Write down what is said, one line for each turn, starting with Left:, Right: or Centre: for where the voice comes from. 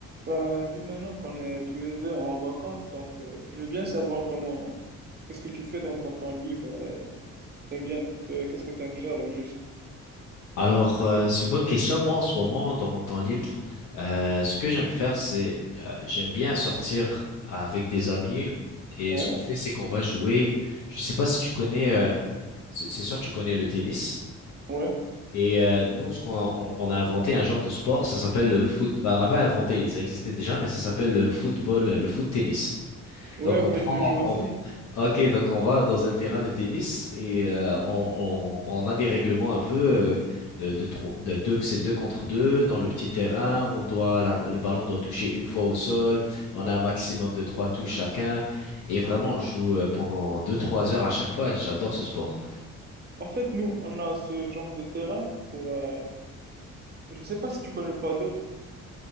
Right: Ben, vu maintenant qu'on est tous les deux en vacances, donc euh, je veux bien savoir comment, qu'est-ce que tu fais dans ton temps libre et t'aimes bien, t'es- qu'est-ce que t'aimes faire au juste?
Left: Alors, euh, c'est une bonne question. Moi, en ce moment, dans mon temps libre, euh, ce que j'aime faire, c'est euh, j'aime bien sortir avec des amis. Et
Right: Ouais,
Left: ce qu'on fait, c'est qu'on va jouer. Je sais pas si tu connais. euh, c'est c'est sûr, tu connais le tennis.
Right: ouais,
Left: Et euh, nous, ce qu'on on, on a inventé un genre de sport, ça s'appelle le foot. Bah, on n'a pas inventé, ça existait déjà, mais ça s'appelle le football, le foot tennis.
Right: ouais,
Left: Donc
Right: ouais,
Left: on prend,
Right: je le joue aussi.
Left: on-
Right: <laughs>
Left: ok, donc on va dans un terrain de tennis et euh, on, on, on a des règlements un peu euh, de, de, tro- de deux, que c'est deux contre deux dans le petit terrain. On doit, la- le ballon doit toucher une fois au sol.
Right: Ouais.
Left: On a un maximum de trois touches chacun et vraiment on joue euh, pendant deux, trois heures à chaque fois. J'adore ce sport.
Right: En fait, nous, on a ce genre de terrain pour, euh, je sais pas si tu connais le paddle.